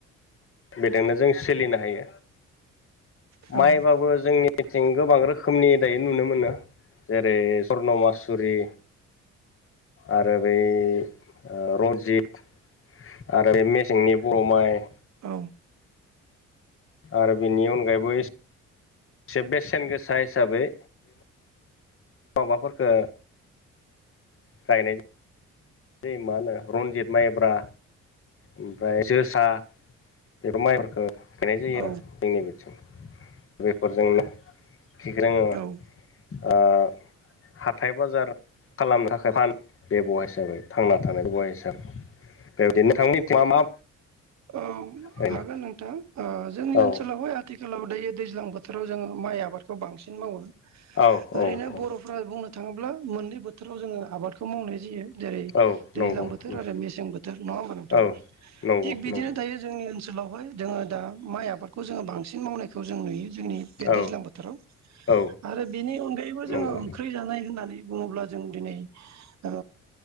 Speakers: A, on the left; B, on the right.
A: बेदोंनो जों सोलिनो हायो
B: औ
A: माइबाबो जोंनि निथिं गोबां रोखोमनि दायो नुनो मोनो जेरै स्वर्नमासुरि आरो बै ओ रन्जित आरो मेसेंनि बर' माइ,
B: औ।
A: आरो बिनि अनगायैबो एसे बेसेन गोसा हिसाबै माबाफोरफोरखो गायनाय ओ मा होनो रन्जित माइब्रा ओमफ्राय जोसा बेफोर माइफोरखौ गायनाय जायो
B: औ
A: आरो जोंनि बिथिं बेफोरजोंनो कि जोंङो
B: औ
A: ओ हाथाय बाजार खालामनो थाखाय फान बेब'या हिसाबै थांना थानाय बबे हिसाब बेबायदि नोंथांनि मा मा
B: औ
A: गायनो
B: हागोन नोंथां ओ जोंनि
A: औ
B: ओनसोलावहाय आथिखालाव दायो दैज्लां बोथ बोथोराव जोंङो माइ आबादखौ बांसिन मावो।
A: औ औ
B: ओरैनो
A: औ
B: बर' फोर बुंनो थांङोब्ला मोननै बोथोराव जोंङो आबादखौ मावनाय जायो। जेरै
A: औ
B: दैज्लां
A: नंगौ
B: बोथोर
A: उम
B: आरो मेसें बोथोर नंङा हबा नोंथां
A: औ नंगौ
B: थिग बिदिनो
A: नंगौ
B: दायो जोंनि ओनसोलावहाय जोंङो दा माइ आबादखौ जोंङो बांसिन मावनायखौ जों नुयो जोंनि बे
A: औ
B: दैज्लां बोथोराव
A: औ
B: आरो बेनि अनगायैबो
A: नंगौ
B: जोंङो ओंख्रि जानाय होननानै बुंङोब्ला जों दिनै ओ